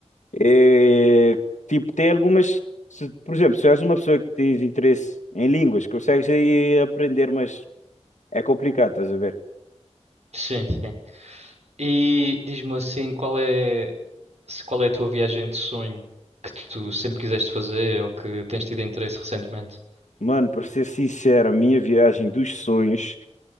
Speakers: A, on the left (about 85°); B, on the right (about 65°).
A: eh, tipo, tem algumas. se- por exemplo, se és uma pessoa que tens interesse em línguas, consegues aí aprender, mas é complicado, estás a ver?
B: Sim, sim. E diz-me assim, qual é, se- qual é a tua viagem de sonho que tu sempre quiseste fazer ou que tens tido interesse recentemente?
A: Mano, para ser sincero, a minha viagem dos sonhos.